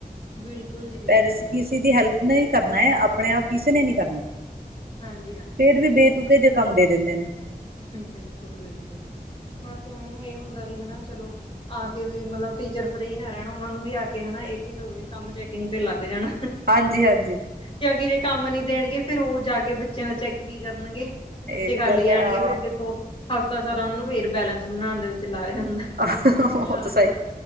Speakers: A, on the left; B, on the right.
A: ਬਿਲਕੁਲ ਜੀ। ਬਿਲਕੁਲ
B: ਪੈਰਸ ਕਿਸੇ ਦੀ ਹੈਲਪ ਨਾਲ ਈ ਕਰਨਾ ਏ ਆਪਣੇ ਆਪ ਕਿਸੇ ਨੇ ਨੀ ਕਰਨਾ
A: ਹਾਂਜੀ ਹਾਂਜੀ
B: ਫੇਰ ਵੀ ਬੇਤੂਕੇ ਜੇ ਕੰਮ ਦੇ ਦਿੰਦੇ ਨੇ
A: ਬਿਲਕੁਲ-ਬਿਲਕੁਲ। ਬਸ ਓਨਾ ਨੂੰ ਏ ਹੁੰਦਾ ਵੀ ਹੈਨਾ ਚਲੋ ਆ ਕੇ ਵੀ ਮਤਲਬ ਟੀਚਰ ਫ੍ਰੀ ਨਾ ਰਹਿਣ ਓਨਾ ਨੂੰ ਵੀ ਆ ਕੇ ਹੈਨਾ ਇਹ ਜ਼ਰੂਰੀ ਕੰਮ ਚੈਕਿੰਗ ਤੇ ਲੱਗ ਜਾਣ
B: ਹਾਂਜੀ-ਹਾਂਜੀ।
A: ਕਿਉਂਕਿ ਜੇ ਕੰਮ ਨੀ ਦੇਣਗੇ ਫਿਰ ਓ ਜਾ ਕੇ ਬੱਚਿਆਂ ਦਾ ਚੈੱਕ ਕੀ ਕਰਨਗੇ। ਬੱਚੇ
B: ਇਹ ਵੀ
A: ਖਾਲੀ
B: ਗੱਲ ਹੈ
A: ਆਣਗੇ
B: ਹਾਂ।
A: ਫਿਰ ਦੇਖੋ ਹਫ਼ਤਾ ਸਾਰਾ ਓ ਨੂੰ ਫੇਰ ਬੈਲੈਂਸ ਬਣਾਂਣ ਦੇ ਵਿੱਚ ਲਾਇਆ ਜਾਂਦਾ।
B: ਉਹ
A: ਕਲਾਸ
B: ਤਾਂ ਸਹੀ,
A: ਦਾ